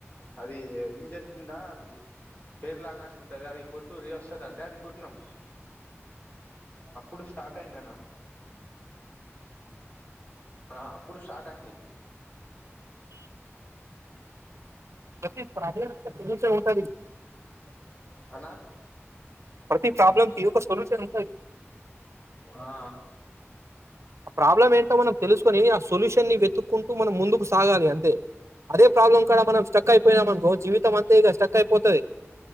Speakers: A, on the left; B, on the right.
A: అది ఇంజన్ కింద అది హెర్లాగానే ఉంటది అది కొట్టురి వస్తుంది అంటే అది కొట్టినం అప్పుడు స్టార్ట్ అయిందనా ఆ అప్పుడు స్టార్ట్ అయింది
B: ప్ర <unintelligible> <inaudible>
A: అనా
B: ప్రతి ప్రాబ్లం కి ఒక సొల్యూషన్ ఉంటది
A: ఆ
B: ఆ ప్రాబ్లం ఏంటో మనం తెలుసుకుొని ఆ సొల్యూషన్ ని వెతుకుంటూ మనం ముందుకు సాగాలి అంతే అదే ప్రాబ్లం కూడా మనం స్ట్రక్ అయిపోయినాంనుకో జీవితం అంతే ఇగ స్టక్ అయిపోతది